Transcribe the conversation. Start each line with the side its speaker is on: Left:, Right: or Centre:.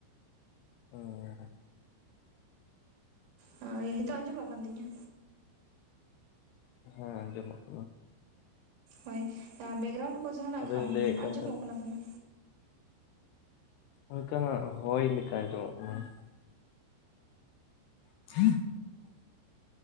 Left: ᱚᱸᱻ
Right: ᱦᱚᱭ ᱱᱤᱛᱚᱜ ᱟᱸᱡᱚᱢᱚᱜ ᱠᱟᱱ ᱛᱤᱧᱟ?
Left: ᱦᱮᱸ ᱟᱡᱚᱢᱚᱜ ᱠᱟᱱᱟ᱾
Right: ᱦᱳᱭ ᱵᱮᱠᱜᱨᱟᱣᱩᱱᱰ ᱠᱚ ᱡᱟᱦᱟᱱᱟᱜ
Left: ᱟᱫᱚᱧ
Right: ᱠᱷᱟᱱ
Left: ᱞᱟᱹᱭᱮᱫ ᱠᱟᱱ
Right: ᱟᱸᱡᱚᱢᱚᱜ
Left: ᱛᱟᱦᱮᱱᱟ
Right: ᱠᱟᱱᱟ ᱫᱚᱢᱮ᱾
Left: ᱚᱝᱠᱟᱢᱟ ᱦᱚᱭ ᱞᱮᱠᱟ ᱟᱸᱡᱚᱢᱚᱜ ᱠᱟᱱᱟ ᱾ <unintelligible>